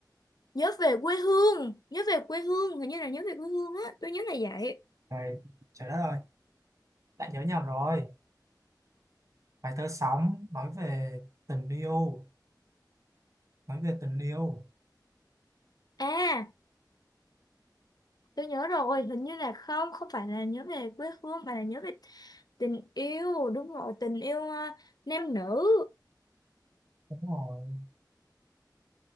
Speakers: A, on the left; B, on the right.
A: nhớ về quê hương nhớ về quê hương hình như là nhớ về quê hương á tôi nhớ là vậy
B: này trời đất ơi bạn nhớ nhầm rồi bài thơ sóng nói về tình yêu nói về tình yêu
A: à tôi nhớ rồi hình như là không không phải là nhớ về quê hương mà là nhớ về tình yêu đúng rồi tình yêu ờ, nam nữ
B: đúng rồi